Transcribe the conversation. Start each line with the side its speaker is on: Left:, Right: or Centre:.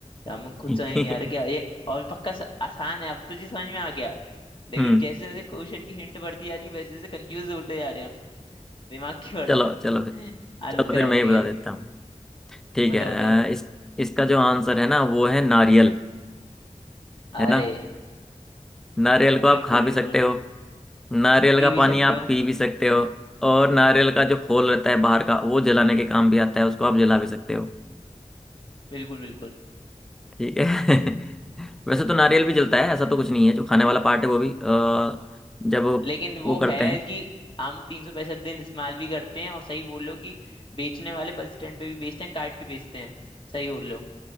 Left: यार मैं खुद
Centre: <laughs>
Left: समझ नहीं आ रहा क्या ये और पक्का स- आसान है अब तो जी समझ में आ गया लेकिन
Centre: हम्म
Left: जैसे जैसे क्वेश्चन की हिंट बढ़ती जा रही है वैसे वैसे कंफ्यूज होते जा रहे हैं हम दिमाग की बढ़ते
Centre: चलो चलो फिर
Left: <laughs> हालत
Centre: चलो
Left: खराब
Centre: फिर मैं
Left: हो रही
Centre: ही बता
Left: है
Centre: देता हूँ ठीक
Left: बताओ
Centre: है
Left: बताओ
Centre: अ, इस इसका जो आंसर है ना वो है नारियल
Left: अरे
Centre: है ना नारियल को आप
Left: बिल्कुल
Centre: खा भी
Left: बिल्कुल
Centre: सकते हो नारियल
Left: पी
Centre: का
Left: भी
Centre: पानी
Left: सकते
Centre: आप
Left: हो
Centre: पी भी सकते हो और नारियल का जो खोल रहता है बाहर का वो जलाने के काम भी आता है उसको आप जला भी सकते हो
Left: बिल्कुल बिल्कुल
Centre: ठीक है <laughs> वैसे तो नारियल भी जलता है ऐसा तो कुछ नहीं है जो खाने वाला पार्ट है वो भी अ, जब
Left: लेकिन वो
Centre: वो करते
Left: है
Centre: हैं
Left: कि हम तीन सौ पैंसठ दिन इस्तेमाल भी करते हैं और सही बोल लो कि बेचने वाले बस स्टैंड पे भी बेचते हैं काट के बेचते हैं सही बोल लो